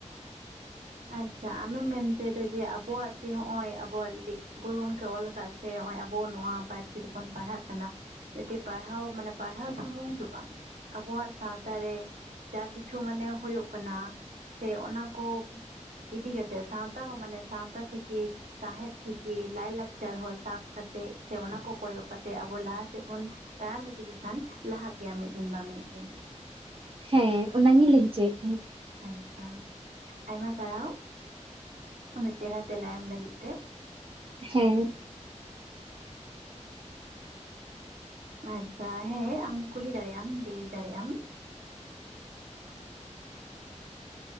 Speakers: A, on the right; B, on the right.
A: ᱾ ᱟᱪᱪᱷᱟ ᱟᱢᱮᱢ ᱢᱮᱱ ᱦᱚᱪᱚᱭᱮᱫᱟ ᱡᱮ ᱟᱵᱚᱣᱟᱜ ᱡᱮ ᱱᱚᱜ ᱚᱭ ᱟᱵᱚᱣᱟᱜ ᱜᱩᱨᱩ ᱜᱚᱝᱠᱮ ᱚᱞ ᱟᱠᱟᱫ ᱥᱮ ᱱᱚᱜᱼᱚᱭ ᱟᱵᱚ ᱱᱚᱣᱟ ᱯᱟᱹᱨᱥᱤ ᱛᱮᱵᱚᱱ ᱯᱟᱲᱦᱟᱜ ᱠᱟᱱᱟ᱾ ᱡᱟᱛᱮ ᱯᱟᱲᱦᱟᱣ, ᱢᱟᱱᱮ ᱯᱟᱲᱦᱟᱣ ᱥᱩᱢᱩᱝ ᱫᱚ ᱵᱟᱝ᱾ ᱟᱵᱚᱣᱟᱜ ᱥᱟᱶᱛᱟ ᱨᱮ ᱡᱟ ᱠᱤᱪᱷᱩ ᱢᱟᱱᱮ ᱦᱩᱭᱩᱜ ᱠᱟᱱᱟ ᱥᱮ ᱚᱱᱟ ᱠᱚ ᱤᱫᱤ ᱠᱟᱛᱮᱫ ᱥᱟᱶᱛᱟ ᱦᱚᱸ ᱢᱟᱱᱮ ᱥᱟᱶᱛᱟ ᱛᱷᱮᱠᱮ ᱥᱟᱶᱦᱮᱫ ᱛᱷᱤᱠᱨ ᱞᱟᱭᱞᱟᱠᱪᱟᱨ ᱦᱚ ᱥᱟᱵ ᱠᱟᱛᱮᱜ ᱥᱮ ᱚᱱᱟ ᱠᱚ ᱠᱚᱭᱚᱜ ᱠᱟᱛᱮ ᱟᱵᱚ ᱞᱟᱦᱟ ᱥᱮᱫ ᱵᱚᱱ ᱛᱟᱲᱟᱢ ᱤᱫᱤ ᱞᱮᱠᱷᱟᱱ ᱞᱟᱦᱟᱜ ᱜᱮᱭᱟ ᱢᱤᱫ ᱫᱤᱱ ᱵᱟᱝ ᱢᱤᱫ ᱫᱤᱱ᱾
B: ᱦᱮᱸ ᱚᱱᱟᱜᱤᱧ ᱞᱟᱹᱭ ᱦᱚᱪᱚᱭᱮᱫ ᱛᱟᱦᱮᱸᱫ᱾
A: ᱟᱪᱪᱷᱟ ᱟᱭᱢᱟ ᱥᱟᱨᱦᱟᱣ ᱩᱱᱟᱹᱜ ᱪᱮᱨᱦᱨᱟ ᱛᱮᱞᱟ ᱮᱢ ᱞᱟᱹᱜᱤᱫ ᱛᱮ᱾
B: ᱦᱮᱸ᱾
A: ᱟᱪᱪᱷᱟ ᱦᱮᱸ ᱟᱢ ᱠᱩᱞᱤ ᱫᱟᱲᱮ ᱟᱢ, ᱞᱟᱹᱭ ᱫᱟᱲᱮ ᱟᱢ᱾